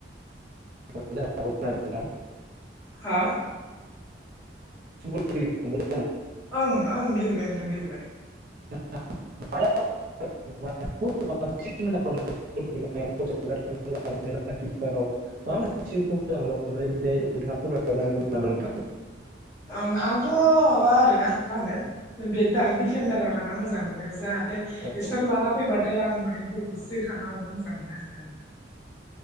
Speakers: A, on the right (about 50°); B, on the left (about 15°).
A: <inaudible>
B: हा
A: ब गेले <inaudible>
B: ओं ओं गेलेबाय नोंथां गेलेबाय।
A: <unintelligible> <inaudible> <unintelligible>
B: ओं आंथ' माबा आरोना मा होनो बेगदार दिफेनडाराव थाना मोजां मोनो जाह
A: औ नोंथां
B: इसोर लाना फैबाथाय आं माने बलखौ जोखारना हरनो मोजां मोनो आरोना नोंथां।